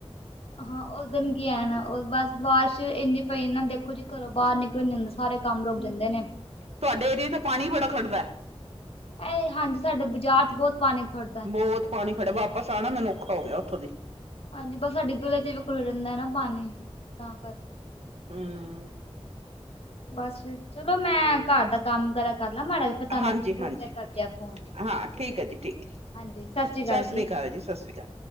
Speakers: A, on the left; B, on the right.
A: ਹਾਂ ਉਸ ਦਿਨ ਕੀ ਆਣਾ ਓ ਬਸ ਬਾਰਿਸ਼ ਇੰਨੀ ਪਈ ਨਾ ਦੇਖੋਂ ਜੀ ਘਰੋਂ ਬਾਰ ਨਿਕਲੋ ਨੀ ਜਾਂ ਸਾਰੇ ਕੰਮ ਰੁਕ ਜਾਂਦੇ ਨੇ।
B: ਤੁਹਾਡੇ ਏਰੀਏ 'ਚ ਪਾਣੀ ਬੜਾ ਖੜਦਾ ਐ।
A: ਏ ਹਾਂਜੀ ਸਾਡੇ ਬਾਜ਼ਾਰ 'ਚ ਬੋਤ ਪਾਣੀ ਖੜਦੈ।
B: ਬੋਤ ਪਾਣੀ ਖੜੇ ਵਾਪਸ ਆਣਾ ਮੈਨੂੰ ਔਖਾ ਹੋ ਗਿਆ ਉੱਥੋਂ ਦੀ।
A: ਹਾਂਜੀ ਬਸ ਸਾਡੀ ਗਲੀਆਂ ਚ ਵੀ ਖੜਾ ਰੈਂਦਾ ਨਾ ਪਾਣੀ ਤਾਂ ਕਰਕੇ।
B: ਹੂੰ।
A: ਬਸ ਜੀ ਚਲੋ ਮੈਂ ਘਰ ਦਾ ਕੰਮ ਵਗੈਰਾ ਕਰ ਲਾ ਮਾੜਾ ਜਾ ਪਤਾ ਮੈਂ
B: ਹਾਂਜੀ-ਹਾਂਜੀ
A: ਥੋੜੀ ਦੇਰ ਕਰਦੀ ਆ ਫ਼ੋਨ।
B: ਹਾਂ ਠੀਕ ਹੈ ਜੀ ਠੀਕ ਹੈ
A: ਹਾਂਜੀ ਸ਼ ਸ਼੍ਰੀ
B: ਸਤਿ
A: ਕਾਲ
B: ਸ੍ਰੀ
A: ਜੀ।
B: ਅਕਾਲ ਸਤਿ ਸ੍ਰੀ ਅਕਾਲ।